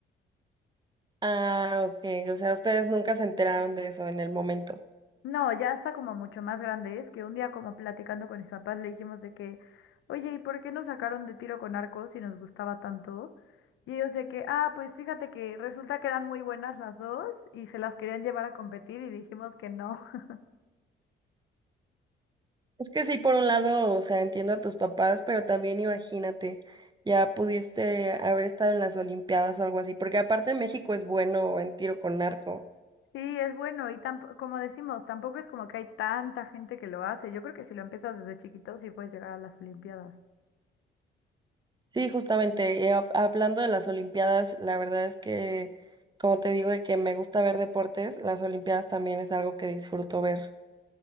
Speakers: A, on the right; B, on the left.
A: Ah, ok, o sea, ustedes nunca se enteraron de eso en el momento.
B: No, ya está como mucho más grande. Es que un día como platicando con mis papás le dijimos de que, oye, ¿y por qué nos sacaron de tiro con arco si nos gustaba tanto? Y ellos de que, ah, pues fíjate que resulta que eran muy buenas las dos y se las querían llevar a competir y dijimos que no. <laughs>
A: Es que sí, por un lado, o sea, entiendo a tus papás, pero también imagínate, ya pudiste haber estado en las Olimpiadas o algo así, porque aparte México es bueno en tiro con arco.
B: Sí, es bueno y tampo- como decimos, tampoco es como que hay tanta gente que lo hace. Yo creo que si lo empiezas desde chiquito sí puedes llegar a las Olimpiadas.
A: Sí, justamente, eh, hab- hablando de las Olimpiadas, la verdad es que, como te digo, de que me gusta ver deportes, las Olimpiadas también es algo que disfruto ver.